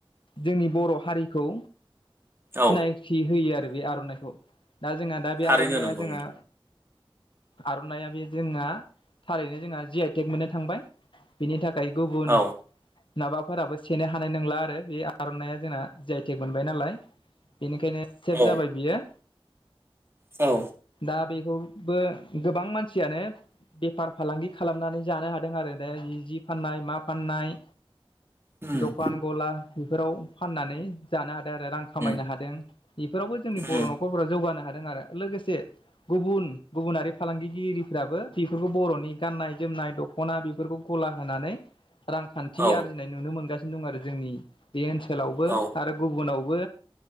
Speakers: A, on the left (about 60°); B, on the right (about 25°).
A: जोंनि बर' हारिखौ।
B: औ
A: सिनायथि होयो आरो बे आर'नाइखौ दा जोंहा दा बे
B: थारैनो
A: आर'नाइया
B: नंगौ
A: जोंहा। आर'नाइआ बे जोंआ। थारैनो जोंहा जि आइ टेक मोननो थांबाय बिनि थाखाय गुबुन।
B: नोंथां औ
A: माबाफोराबो सेनो हानाय नंला आरो बे आर'नायइआ जोंना जि आइ थेग मोनबाय नालाय। बेनिखायनो सेभ
B: औ
A: जाबाय बियो।
B: औ
A: दा बेखौबो गोबां मानसियानो। फार फालांगि खालामनानै जानो हादों आरो ने जि फाननाय मा फाननाय।
B: उम
A: दखान गला बेफोराव फाननानै। जानो हादों आरो रां खामायनो
B: उम
A: हादों बेफोरावबो जोंनि बर'
B: उम
A: न'खरफोरा जौगानो हादों आरो लोगोसे गुबुन गुबुनारि फालांगिगिरिफ्राबो बे। बेफोरखौ बर'नि गाननाय जोमनाय दख'ना बेफोरखौ गला होनानै रांखान्थि
B: औ
A: आरजि। नाय नुनो मोनगासिनो दं आरो जोंनि बे ओनसोलावबो
B: औ
A: आरो गुबुनावबो।